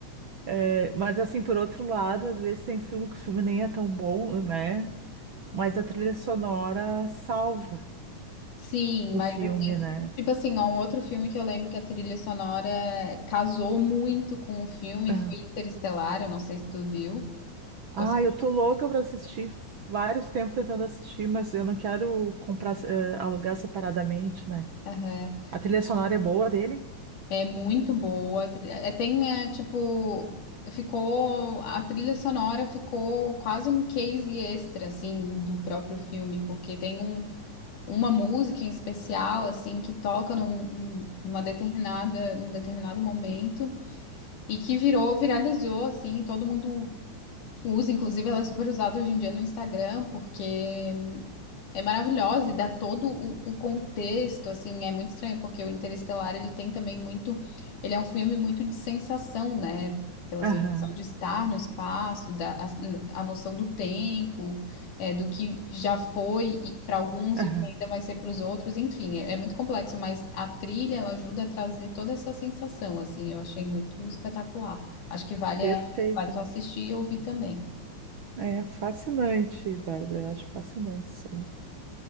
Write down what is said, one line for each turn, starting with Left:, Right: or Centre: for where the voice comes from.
Right: é, mas assim, por outro lado, às vezes tem filme que o filme nem é tão bom, né? Mas a trilha sonora salva
Left: Sim,
Right: o
Left: mas
Right: filme,
Left: assim,
Right: né?
Left: tipo assim, ó, um outro filme que eu lembro que a trilha sonora casou muito com o filme
Right: Ah,
Left: foi Interestelar, eu não sei se tu viu.
Right: Ah,
Left: Tu assistiu?
Right: eu tô louca pra assistir, vários tempos tentando assistir, mas eu não quero comprar, eh, alugar separadamente, né?
Left: Aham.
Right: A trilha sonora é boa dele?
Left: É muito boa. Tri- É, é, tem, é, tipo, ficou. A trilha sonora ficou quase um case extra, assim, do próprio filme, porque tem um, uma música em especial, assim, que toca num, num- numa determinada, num determinado momento e que virou, viralizou, assim, e todo mundo Usa, inclusive, ela é super usada hoje em dia no Instagram, porque hum, é maravilhosa e dá todo o, o contexto, assim, é muito estranho, porque o Interestelar, ele tem também muito, ele é um filme muito de sensação, né? Pela
Right: Aham,
Left: sensação de estar no espaço, da, a, a noção do tempo, é, do que já foi para alguns
Right: aham,
Left: e o que ainda vai ser para os outros, enfim, é, é muito complexo, mas a trilha, ela ajuda a trazer toda essa sensação, assim, eu achei muito espetacular. Acho que vale
Right: perfeita.
Left: a Vale só assistir e ouvir também.
Right: É fascinante, Bárbara, eu acho fascinante isso aí.